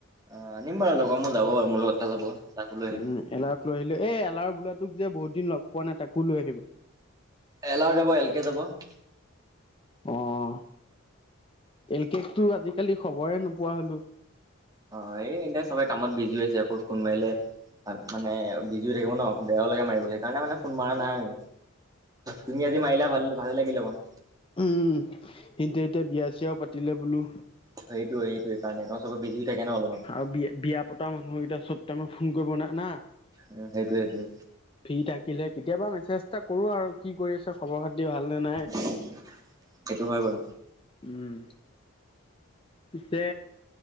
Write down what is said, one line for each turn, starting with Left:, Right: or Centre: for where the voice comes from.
Right: অঁহ নিম বাৰু লগত মোৰ যাব মোৰ লগত। এটা যাব তাকো লৈ আহিম
Left: উমঁ, এলাহক লৈ আহিলো এই এলাহাৰৰ বোলাত- তোক যে বহুত দিন লগ পোৱা নাই তাকো লৈ আহিবা।
Right: এলাও যাব এল কে যাব অ
Left: অঁহ। এল কেকটো আজিকালি খবৰে নোপোৱা হ'লো।
Right: অঁ এই এতিয়া চবেই কামত বিজি হৈ আছে আকৌ ফোন মাৰিলে মানে বিজি হৈ থাকিব ন'। বেয়াও লাগে মাৰিবলৈ সেইকাৰণে মানে ফোন মাৰা নাই আৰু। তুমি আজি মাৰিলা ভাল ভালে লাগিলে বাৰু।
Left: উমঁ উমঁ। সিহঁনতেএতিয়া বিয়া-চিয়াও পাতিলে বোলো।
Right: সেইটোৱেই সেইটোৱেই কাৰণে তেওঁ চবৰ বিজি হৈ থাকে ন অলপমান।
Left: আৰু বিয়া বিয়া। পতা মানুহকেইটা চব টাইমত ফোন কৰিব ন না।
Right: উম সেইটোৱে সেইটোৱে।
Left: ফ্ৰী থাকিলহে কেতিয়াবা মেছেজ এটা কৰো আৰু কি কৰি আছ খবৰ খাতি ভাল নে নাই।
Right: উম সেইটো হয় বাৰু।
Left: উ'ম। পিছে।